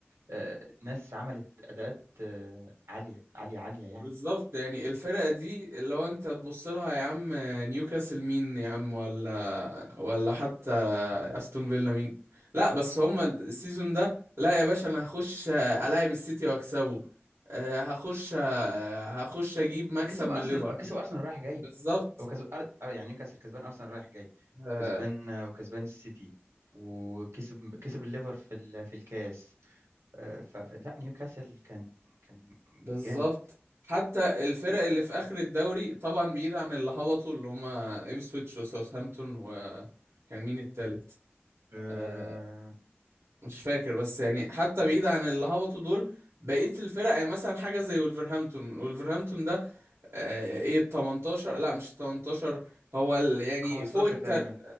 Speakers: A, on the right (about 85°); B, on the right (about 70°).
A: آه ناس عملت اداءات آه عاليه عاليه عاليه يعني
B: بالظبط يعني الفرقة دي لو انت تبص لها يا عم نيوكاسل مين يا عم ولا ولا حتى استون فيلا مين لا بس هما السيزون ده لا يا باشا انا هخش الاعب السيتي واكسبه آه، هخش هخش اجيب مكسب
A: وكسب
B: من
A: ارسنال
B: ليفر
A: كسب ارسنال رايح جاي
B: بالظبط
A: هو كسب يعني نيوكاسل كسبان ارسنال رايح جاي
B: آه،
A: كسبان آه، وكسبان السيتي وكسب كسب الليفر في ال- في الكاس آه، ف- فلا نيوكاسل كان كان
B: بالظبط
A: جامد
B: حتى الفرق اللي في اخر الدوري طبعا بعيد عن اللي هبطوا اللي هما ايبسويتش وساوثهامبتون وكان مين التالت
A: آه،
B: آه، مش فاكر بس يعني حتى بعيد عن اللي هبطوا دول بقية الفرق يعني مثلا حاجة زي ولفرهامبتون ولفرهامبتون ده آه ايه ال 18 لا مش 18 هو ال يعني
A: 15
B: فوق التل
A: تقريبا